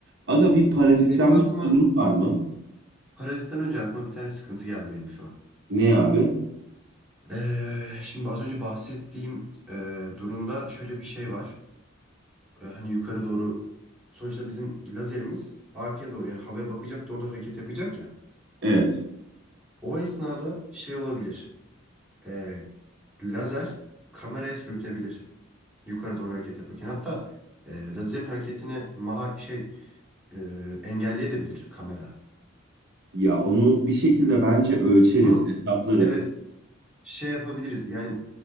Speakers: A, on the right (about 60°); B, in the centre.
A: Aga bir parazitlenme
B: Benim aklıma
A: sorunu var mı?
B: Parazitten önce aklıma bir tane sıkıntı geldi benim şu an.
A: Ne abi?
B: Ee, şimdi az önce bahsettiğim e, durumda şöyle bir şey var. Ee, hani yukarı doğru sonuçta bizim lazerimiz arkaya doğru yani havaya bakacak doğru da hareket yapacak ya.
A: Evet.
B: O esnada şey olabilir. Ee, lazer kameraya sürtebilir yukarı doğru hareket yaparken. Hatta e, lazerin hareketini maha şey e, engelleyebilir kamera.
A: Ya onu bir şekilde bence ölçeriz,
B: Bunu
A: hesaplarız.
B: evet şey yapabiliriz. Yani